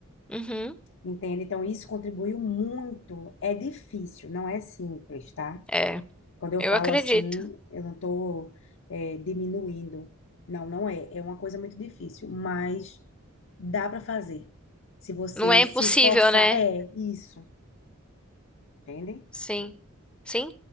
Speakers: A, in the centre; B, on the left.
A: Uhum.
B: Entende? Então, isso contribuiu muito. É difícil, não é simples, tá?
A: É,
B: Quando eu
A: eu
B: falo
A: acredito.
B: assim, eu não estou, diminuindo. Não, não é. É uma coisa muito difícil, mas dá para fazer. Se você
A: Não é impossível,
B: se esforçar,
A: né?
B: é isso. Entende?
A: Sim, sim.